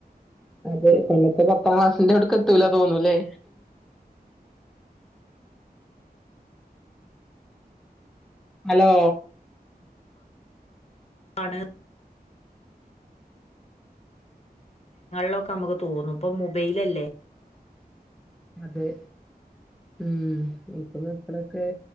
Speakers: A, in the centre; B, on the left (about 40°).
A: അത അന്നത്തെ പത്താം ക്ലാസിന്റെ അവിട്ക്ക് എത്തൂല തോന്നൂല്ലേ ഹലോ
B: <unintelligible> ലൊക്കെ നമുക്ക് തോന്നും ഇപ്പൊ മുബൈലല്ലേ.
A: അതെ മ് ഇപ്പ മക്കളൊക്കെ